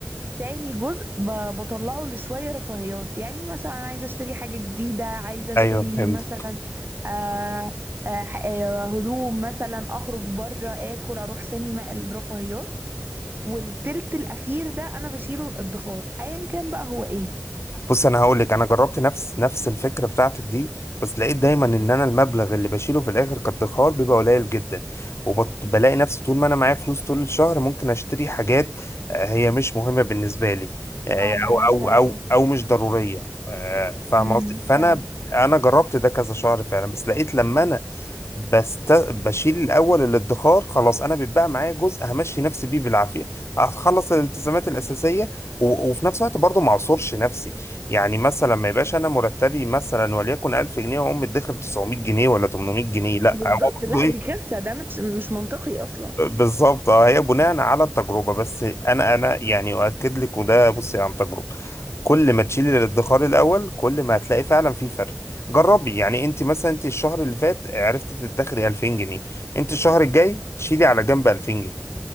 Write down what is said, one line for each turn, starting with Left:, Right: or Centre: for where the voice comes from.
Right: تاني جزء ب- بطلعه لشوية رفاهيات يعني مثلا عايزة اشتري حاجة جديدة عايزة اشتري
Left: ايوه فهمت
Right: مثلا آه آه ح- آه، هدوم مثلا اخرج بره اكل اروح سينما الرفاهيات والتلت الاخير ده انا بشيله الادخار ايا كان بقى هو ايه
Left: بص انا هقول لك انا جربت نفس نفس الفكره بتاعتك دي بس لقيت دايما ان انا المبلغ اللي بشيله في الاخر كادخار بيبقى قليل جدا وبلاقي نفسي طول ما انا معايا فلوس طول الشهر ممكن اشتري حاجات آه، هي مش مهمه بالنسبه لي آه،
Right: اه ملهاش
Left: او او
Right: لازمة
Left: او او مش ضروريه آه، فاهم
Right: امم
Left: قصدي فانا
Right: فعلا
Left: انا جربت ده كذا شهر فعلا بس لقيت لما انا بست... بشيل الاول الادخار خلاص انا بيتبقى معايا جزء همشي نفسي بيه بالعافيه هخلص الالتزامات الاساسيه و... وفي نفس الوقت برضه ما اعصرش نفسي يعني مثلا ما يبقاش انا مرتبي مثلا وليكن 1000 جنيه واقوم مدخر 900 جنيه ولا 800 جنيه لا
Right: بالظبط
Left: هو
Right: لا
Left: برضه ايه
Right: دي كارثة ده مش مش منطقي اصلا
Left: بالظبط اه هي بناء على التجربه بس انا انا يعني اؤكد لك وده بصي عن تجربه كل ما تشيلي الادخار الاول كل ما هتلاقي فعلا في فرق جربي يعني انت مثلا انت الشهر اللي فات عرفتي تدخري 2000 جنيه انت الشهر الجاي شيلي على جنب 2000 جنيه